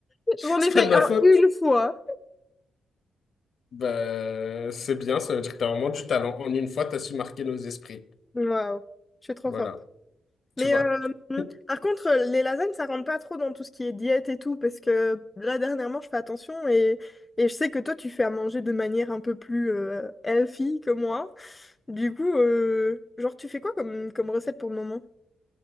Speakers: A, on the left; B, on the left.
A: J'en
B: C'est
A: ai fait
B: pas de ma
A: alors,
B: faute.
A: une fois.
B: Bah, c'est bien, ça veut dire que t'as vraiment du talent. En une fois, t'as su marquer nos esprits.
A: Waouh, je suis trop
B: Voilà,
A: forte.
B: tu
A: Mais
B: vois.
A: euh,
B: <laughs>
A: par contre, euh, les lasagnes, ça rentre pas trop dans tout ce qui est diète et tout, parce que là, dernièrement, je fais attention et, et je sais que toi, tu fais à manger de manière un peu plus euh, healthy que moi. Du coup, euh, genre, tu fais quoi comme, comme recette pour le moment?